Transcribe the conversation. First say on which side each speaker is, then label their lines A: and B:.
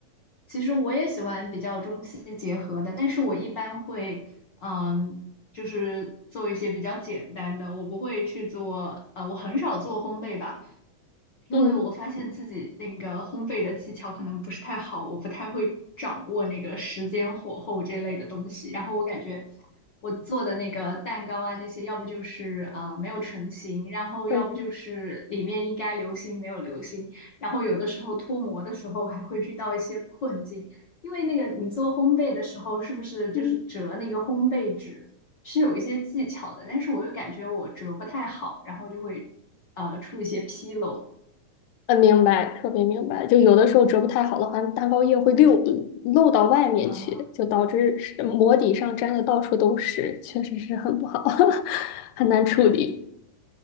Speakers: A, on the left; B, on the left.
A: 其实我也喜欢比较中西结合的，但是我一般会，嗯，就是做一些比较简单的，我不会去做，呃，我很少做烘焙吧，因为我发现自己那个烘焙的技巧可能不是太好，
B: 嗯
A: 我不太会掌握那个时间、火候这类的东西。然后我感觉我做的那个蛋糕啊，那些要不就是呃没有成型，然后要不就是里面应该流心没有流心。
B: 嗯
A: 然后有的时候脱模的时候还会遇到一些困境，因为那个你做烘焙的时候，是不是就是折那个烘焙纸是有一些技巧的？
B: 嗯。
A: 但是我又感觉我折不太好，然后就会呃出一些纰漏。
B: 嗯，明白，特别明白。就有的时候折不太好的话，蛋糕液会溜嗯漏到外面去，
A: 呃，
B: 就导致是膜底上粘的到处都是，确实是很不好，<laughs> 很难处理。